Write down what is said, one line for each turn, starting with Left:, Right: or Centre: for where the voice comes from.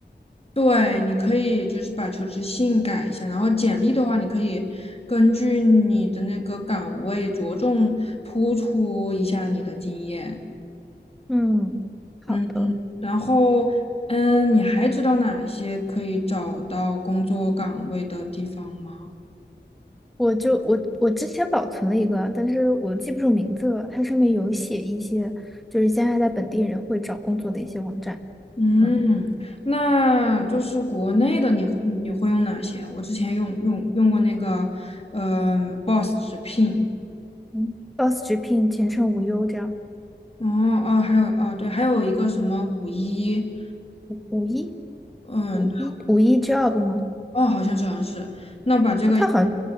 Left: 对，你可以就是把求职信改一下，然后简历的话，你可以根据你的那个岗位着重突出一下你的经验。
Centre: 嗯，好的，
Left: 嗯，然后嗯，你还知道哪些可以找到工作岗位的地方吗？
Centre: 我就我我之前保存了一个，但是我记不住名字了。它上面有写一些就是加拿大本地人会找工作的一些网站，
Left: 嗯，
Centre: 嗯
Left: 那就是国内的你会，你会用哪些啊我之前用用用过那个，嗯，Boss 直聘，
Centre: 嗯，Boss 直聘、前程无忧这样，
Left: 哦哦，还有哦对，还有一个什么五一，
Centre: 五五一
Left: 嗯，
Centre: 五一五一
Left: 对
Centre: Job 吗？
Left: 哦，好像是好像是，那把这个
Centre: 啊，它好像